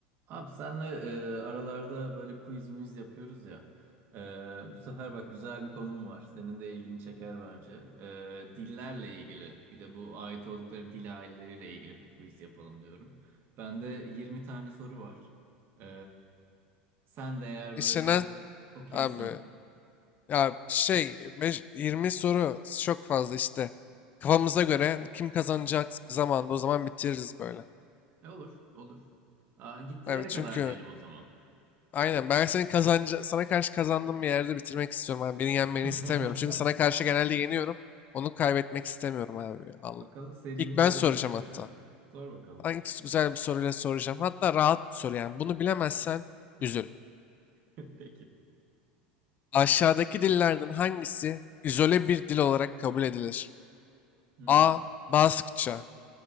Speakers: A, on the right; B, on the left.
A: Abi senle e, aralarda böyle quiz muiz yapıyoruz ya. E, bu sefer bak güzel bir konum var. Senin de ilgini çeker bence. E, dillerle ilgili bir de bu ait oldukları dil aileleriyle ilgili bir quiz yapalım diyorum. Bende 20 tane soru var. E, sen de eğer
B: İşlenen
A: böyle okeysen.
B: abi ya şey beş- 20 soru çok fazla işte. Kafamıza göre kim kazanacak zamanda o zaman bitiririz böyle.
A: E, olur olur. Aa, gittiği
B: Evet
A: yere kadar
B: çünkü
A: diyelim o zaman.
B: aynen ben senin kazanca sana karşı kazandığım bir yerde bitirmek istiyorum abi. Beni yenmeni
A: <laughs>
B: istemiyorum. Çünkü sana karşı genelde yeniyorum. Onu kaybetmek istemiyorum abi. Allah.
A: Bakalım serini
B: İlk ben
A: koruyabilecek
B: soracağım hatta.
A: misin? Sor bakalım.
B: Ben ilk güzel bir soruyla soracağım. Hatta rahat bir soru yani. Bunu bilemezsen üzül.
A: <laughs> Peki.
B: Aşağıdaki dillerden hangisi izole bir dil olarak kabul edilir?
A: Hmm.
B: A. Baskça